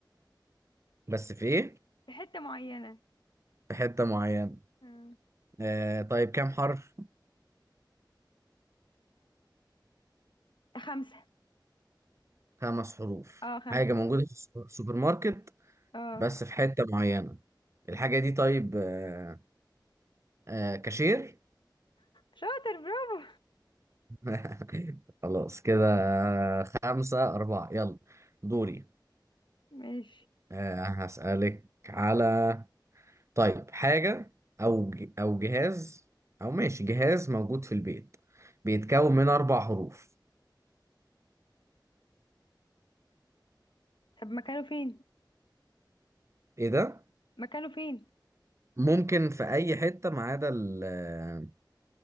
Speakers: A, on the right; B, on the left.
A: بس في ايه؟
B: في حتة معينة
A: في حتة معينة
B: مم.
A: آه طيب كام حرف؟
B: خمسة
A: خمس حروف
B: اه خمسة
A: حاجة موجودة في السو- السوبر سوبر ماركت
B: اه
A: بس في حتة معينة الحاجة دي طيب آه آه كاشير
B: شاطر برافو
A: <laughs> خلاص كده خمسة أربعة يلا دوري
B: ماشي
A: آه، هسألك على طيب حاجة أو ج- أو جهاز أو ماشي جهاز موجود في البيت بيتكون من أربع حروف
B: طب مكانه فين
A: إيه ده؟
B: مكانه فين
A: ممكن في أي حتة ما عدا ال-